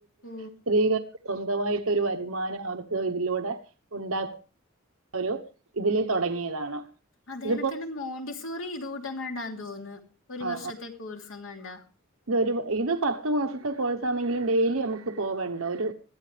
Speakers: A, on the left; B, on the right.
A: ഓ
B: സ്ത്രീകൾക്ക് സ്വന്തമായിട്ട് ഒരു വരുമാനം അവർ ഇത് ഇതിലൂടെ ഉണ്ടാക്ക ഒരു ഇതിൽ തുടങ്ങിയതാണ്
A: അതേനക്കണ്
B: ഇതിപ്പോ
A: തന്നെ മോണ്ടിസോറി ഇത് കൂട്ടം കണ്ടാന്ന് തോന്നുന്നു ഒരു
B: ആഹ്
A: വർഷത്തെ
B: ആഹ്
A: കോഴസം കണ്ടാ
B: ഇതൊരു ഇത് പത്ത് മാസത്തെ കോഴ്സ് ആണെങ്കിലും ഡെയിലി നമുക്ക് പോവണ്ടോ ഒരു